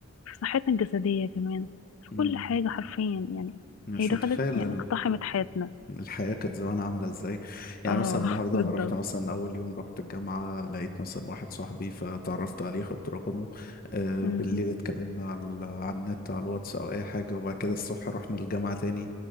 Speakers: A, on the left; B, on the left.
A: في صحتنا الجسدية كمان في
B: أمم.
A: كل حاجة حرفيا يعني
B: مش
A: هي دخلت
B: متخيل
A: يعني اقتحمت حياتنا
B: الحياة كانت زمان عاملة ازاي يعني
A: اه
B: مثلا النهاردة
A: <laughs> بالظبط
B: انا رحت مثلا اول يوم رحت الجامعة لقيت مثلا واحد صاحبي فتعرفت عليه خدت رقمه آه
A: م-
B: بالليل اتكلمنا
A: م.
B: على ال- على النت على الواتس او اي حاجة وبعد كده الصبح رحنا الجامعة تاني